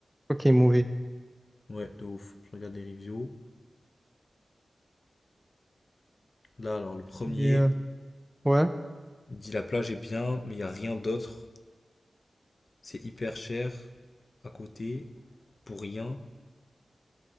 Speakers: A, in the centre; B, on the left.
A: Quoi qui est mauvais?
B: c'est- Ouais, de ouf. Je regarde les reviews. Là, alors, le premier
A: Et euh, ouais.
B: il dit la plage est bien, mais il n'y a rien d'autre. C'est hyper cher à côté, pour rien.